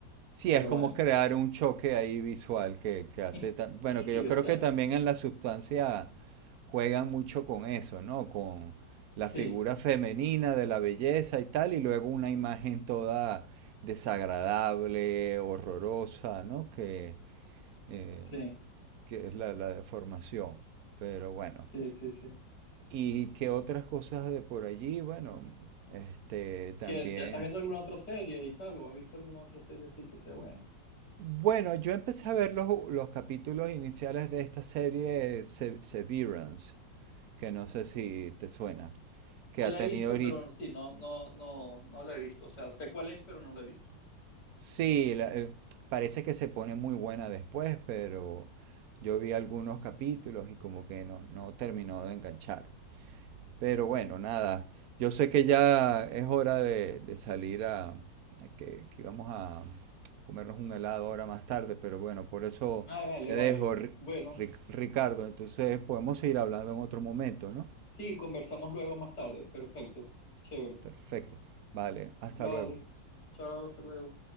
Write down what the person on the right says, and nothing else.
Sí,
es como
crear un choque ahí visual que, que hace,
ta- bueno,
que yo creo
que también en la sustancia juegan mucho con eso, ¿no? Con la figura
femenina de la belleza y tal, y luego una imagen toda desagradable, horrorosa, ¿no? Que, eh,
que es la, la deformación. Pero bueno,
y que otras cosas de por allí, bueno, este también.
Bueno, yo empecé a ver los, los capítulos iniciales de esta serie Severance, que no sé si te suena, que
ha tenido
ahorita,
Sí, la- eh, parece que se pone muy buena después, pero yo vi algunos capítulos y como que no, no terminó de enganchar. Pero bueno,
nada, yo sé que ya es hora de, de salir a, a que, que vamos a comernos un helado ahora más tarde, pero bueno, por eso
te
dejo, Ri-
Ric- Ricardo. Entonces podemos seguir hablando en otro momento, ¿no?
Perfecto. Vale, hasta
luego.